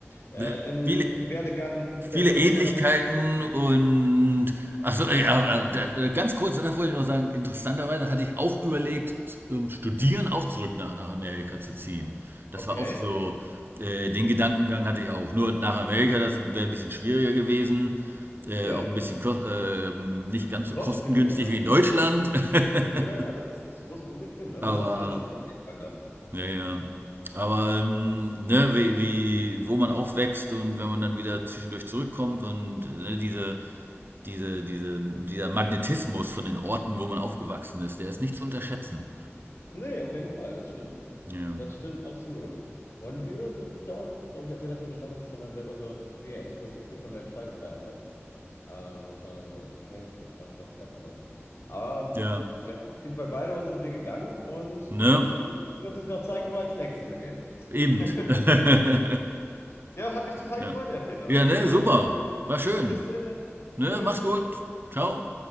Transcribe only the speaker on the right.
Ne, Viele,
viele
Ähnlichkeiten
und ach so, ja, äh, da- äh, ganz kurz, das wollte ich noch sagen, interessanterweise hatte ich auch überlegt, z- ähm, Studieren auch zurück nach, nach Amerika zu ziehen. Das
war auch so, äh, den Gedankengang hatte ich auch. Nur nach Amerika, das wäre ein bisschen schwieriger gewesen, äh,
auch ein bisschen kos- ähm, nicht ganz so
kostengünstig
wie in Deutschland. <laughs>
Aber
Ja, ja. Aber ähm, ne, wie, wie, wo man aufwächst und wenn man dann wieder zwischendurch zurückkommt und äh, ne, diese, diese, diese, dieser Magnetismus von den Orten, wo man aufgewachsen ist, der ist nicht zu unterschätzen.
Ja.
Ja.
Ne?
Eben.
<laughs>
ja.
ja, ne, super. War schön.
Ne,
mach's gut. Ciao.